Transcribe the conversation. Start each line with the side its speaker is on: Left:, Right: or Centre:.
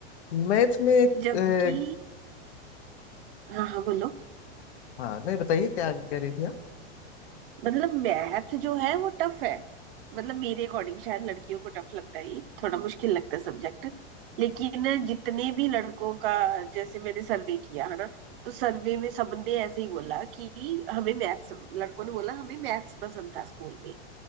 Left: मैथ में एक,
Right: जबकि
Left: एक
Right: हाँ हाँ बोलो
Left: हाँ नहीं बताइए क्या आगे कह रही थी आप
Right: मतलब मैथ जो है वो टफ है मतलब मेरे अकॉर्डिंग शायद लड़कियों को टफ लगता है ये थोड़ा मुश्किल लगता है सब्जेक्ट लेकिन जितने भी लड़कों का जैसे मैंने सर्वे किया है ना तो सर्वे में सबने ऐसे ही बोला कि हमें मैथ्स लड़कों ने बोला हमें मैथ्स पसंद था स्कूल में